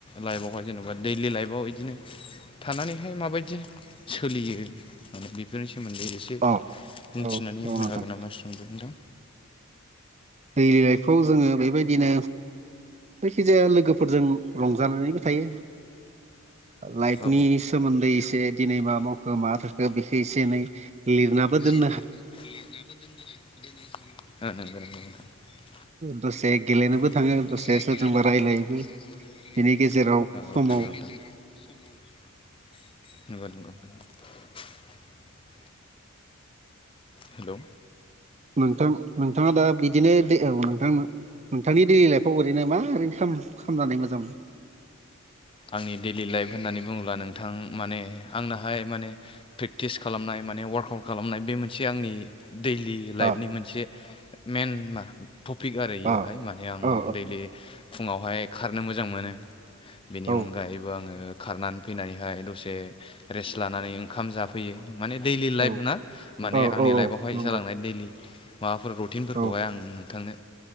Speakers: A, on the left; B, on the right.
A: लाइफआवहाय जेन'बा दैलि लाइफआव बिदिनो थानानैहाय माबायदि सोलियो माने बेफोरनिफ्राय सोमोन्दै एसे
B: औ औ
A: मिथिनानै
B: औ
A: होनो
B: नोंथां
A: हागोन नामा सोंबाय नोंथां
B: गेलेनायफ्राव जोङो बेबायदिनो जायखि जाया लोगोफोरजों रंजानानैबो थायो लाइफनि
A: औ
B: सोमोन्दै एसे दिनै मा मावखो मा थाखो बेखौ एसे एनै लिरनाबो दोन
A: <unintelligible>
B: दसे गेलेनोबो
A: औ
B: थाङो दसे सोरजोंबा रायलायोबो बेनि गेजेराव
A: मबाइल
B: समाव
A: कम्पानि हेलौ।
B: नोंथां नोंथाङा दा बिदिनो दै औ नोंथां नोंथांनि दै लाइफआव ओरैनो मा ओरैनो खालाम खामनानै मोजां मोनो।
A: आंनि दैइलि लाइफ होननानै बुं बुङोब्ला नोंथां माने आंनाहाय माने प्रेकटिस खालामनाय माने वार्कआउट खालामनाय बे मोनसे मोनसे आंनि दैइलि लाइफनि
B: अ
A: मोनसे मइेन मा टपिक आरो बेयोहाय
B: अ
A: माने आं
B: औ
A: दैइलि फुङावहाय खारनो मोजां मोनो। बेनि
B: औ
A: अनगायैबो आङो खारनानै फैनानैहाय दसे रेस्ट लानानै ओंखाम जाफैयो। माने दैइलि लाइफ
B: औ
A: ना माने
B: औ
A: आंनि
B: औ औ
A: लाइफआवहाय
B: नंगौ
A: जालांनाय दैलि माबा फोर रुटिनफोरखौहाय
B: औ
A: आं नोंथांनो